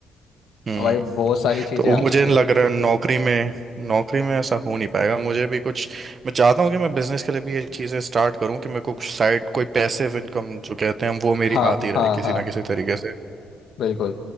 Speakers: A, on the right; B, on the left.
A: हम्म
B: भाई बहुत सारी चीज़ें
A: तो वो
B: आ
A: मुझे
B: चुकी
A: लग
B: है
A: रहा है नौकरी में नौकरी में ऐसा हो नहीं पाएगा मुझे भी कुछ मैं चाहता हूँ कि मैं बिजनेस के लिए भी ये चीज़ें स्टार्ट करूँ कि मेरे को कुछ साइड कोई पैसिव इनकम जो कहते हैं हम, वो मेरी
B: हाँ
A: आती रहे
B: हाँ
A: किसी
B: हाँ
A: ना किसी तरीके से
B: बिल्कुल